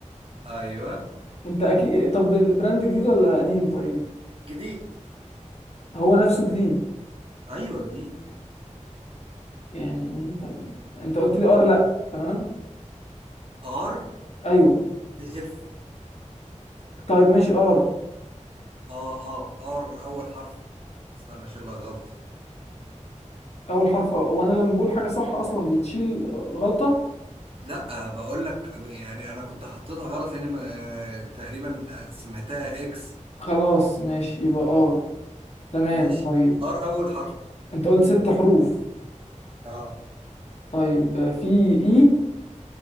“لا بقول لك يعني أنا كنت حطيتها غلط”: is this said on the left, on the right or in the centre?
Right